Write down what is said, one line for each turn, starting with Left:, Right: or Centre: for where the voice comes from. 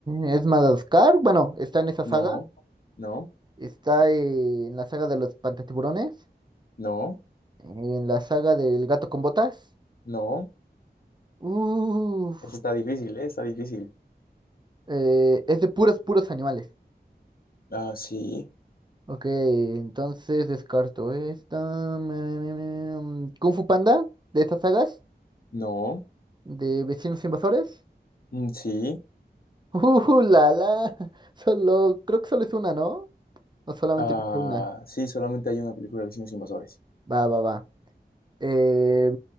Right: ¿Es Madagascar? Bueno, ¿está en esa
Left: no,
Right: saga?
Left: no,
Right: Está eh, en la saga de los Pantatiburones,
Left: no,
Right: en la saga del Gato con Botas.
Left: no.
Right: Uf,
Left: Eso está difícil, ¿eh? Está difícil.
Right: eh, es de puros, puros animales.
Left: Ah, sí,
Right: Ok, entonces descarto esta. me- me- me- mm, Kung Fu Panda, de estas sagas,
Left: no,
Right: de Vecinos Invasores.
Left: mm, sí,
Right: <laughs> Uh, la, la. Solo, creo que solo es una, ¿no? o solamente
Left: Ah,
Right: he visto una.
Left: sí, solamente hay una película de vecinos invasores.
Right: Va, va, va. Eh,